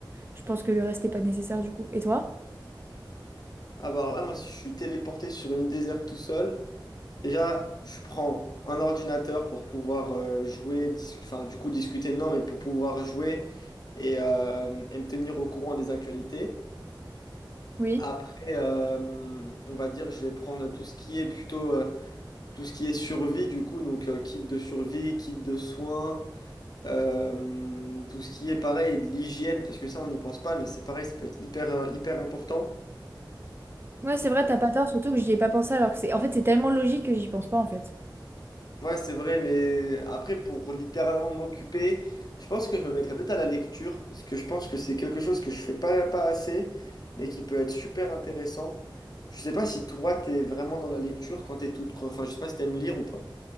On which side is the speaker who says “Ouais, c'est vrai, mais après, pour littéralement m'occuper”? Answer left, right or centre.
Left